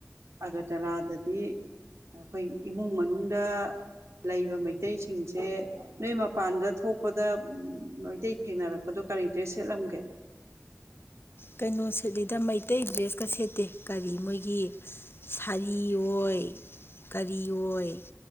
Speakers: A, on the right; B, on the left.
A: ꯑꯒꯇꯂꯥꯗꯗꯤ ꯑꯩꯈꯣꯏ ꯏꯃꯨꯡ ꯃꯅꯨꯡꯗ ꯂꯩꯕ ꯃꯩꯇꯩꯁꯤꯡꯁꯦ ꯅꯣꯏ ꯃꯄꯥꯟꯗ ꯊꯣꯛꯄꯗ ꯃꯩꯇꯩ ꯊꯦꯡꯅꯔꯛꯄꯗꯣ ꯀꯔꯤꯗ꯭ꯔꯦ ꯁꯦꯠꯂꯝꯒꯦ
B: ꯀꯩꯅꯣ ꯁꯦꯠꯂꯤꯗ ꯃꯩꯇꯩ ꯗ꯭ꯔꯦꯁꯀ ꯁꯦꯠꯇꯦ ꯀꯔꯤ ꯃꯣꯏꯒꯤ ꯁꯥꯔꯤ ꯑꯣꯏ ꯀꯔꯤ ꯑꯣꯏ